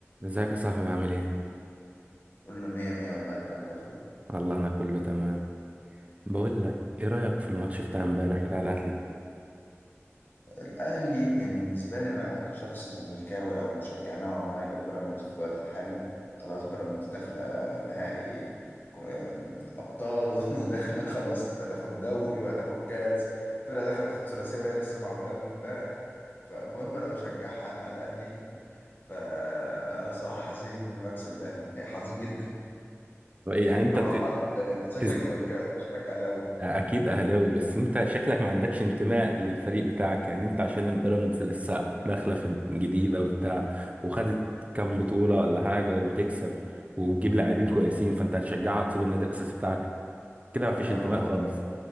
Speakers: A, on the right; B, on the left.
A: ازيك يا صاحبي عامل ايه؟
B: كله مية مية والله انت عامل إيه يا اخويا
A: والله انا كله تمام بقول لك ايه رأيك في الماتش بتاع امبارح بتاع الاهلي؟
B: الاهلي يعني بالنسبة لي انا كشخص زملكاوي او مشجع نوعا ما لبيراميدز في الوقت الحالي خلاص بيراميدز داخلة نهائي كو- آم، ابطال <laughs> وداخلة خلاص هتاخد دوري وهتاخد كاس فرقة داخلة تاخد ثلاثية وهي لسه معمولة اول امبارح فالمهم انا بشجعها انا على الاهلي <laughs> فانا صراحة حزين لمكسب الاهلي <laughs> حزين جدا
A: ايه يعني
B: انت
A: انت
B: فرحان
A: بت-
B: ولا ايه؟ شكلك
A: بتز-
B: زملكاوي شكلك اهلاوي
A: اكيد اهلاوي بس انت شكلك ما عندكش انتماء للفريق بتاعك يعني انت عشان البيراميدز لسه داخلة في جديدة وبتاع وخدت كام بطولة ولا حاجة وبتكسب وبتجيب لاعبين كويسين فانت هتشجعها وتسيب النادي الاساسي بتاعك كده ما
B: ما
A: فيش انتماء
B: هو
A: خالص